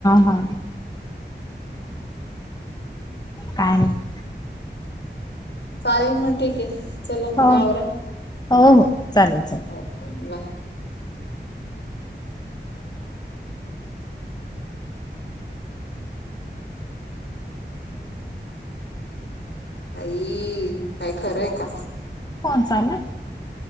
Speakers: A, on the left (about 20°); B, on the left (about 70°).
A: हा.
B: <unintelligible>
A: काय <unintelligible>
B: चालेल मग, ठीकय. चला मग,
A: हो
B: आवरा.
A: हो हो हो चालेल चालेल.
B: बाय. आई, काय खरंय का?
A: <unintelligible>